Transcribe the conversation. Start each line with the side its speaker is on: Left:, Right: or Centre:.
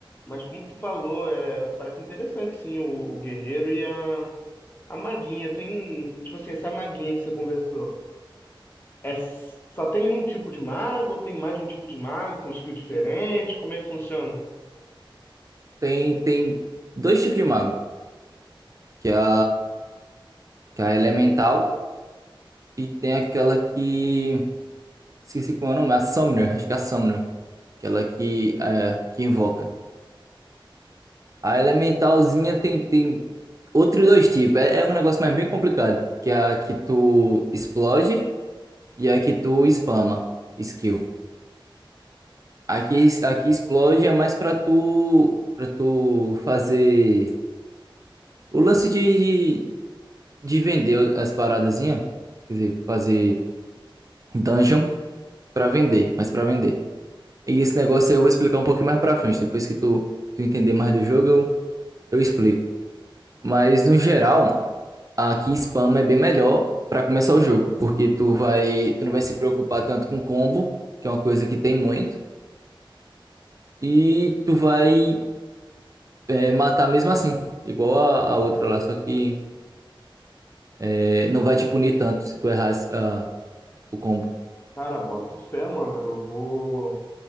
Left: Mas como tu falou, é, parece interessante sim o, o guerreiro e a a maguinha tem, tipo assim, essa maguinha que você conversou, é s- só tem um tipo de mago ou tem mais de um tipo de mago com skill diferente? Como é que funciona?
Right: Tem, tem dois tipos de mago. Que é a, que é a elemental. E tem aquela que. Esqueci qual é o nome, a Summoner, acho que é a Summoner. Aquela que, é, que invoca. A Elementalzinha tem, tem outros dois tipos. É, é um negócio mais bem complicado. Que é a que tu explode e a que tu spama skill. Aqui, aqui explode é mais pra tu, pra tu fazer o lance de, de, de vender as paradazinhas. Quer dizer, fazer. Dungeon pra vender, mas pra vender. E esse negócio aí eu vou explicar um pouquinho mais pra frente. Depois que tu, tu entender mais do jogo, eu, eu explico. Mas no geral, aqui spam é bem melhor pra começar o jogo, porque tu vai, tu não vai se preocupar tanto com combo, que é uma coisa que tem muito, e tu vai é, matar mesmo assim, igual a, a outra lá, só que é, não vai te punir tanto se tu errar a- o combo.
Left: Cara, bota fé, mano. Eu vou.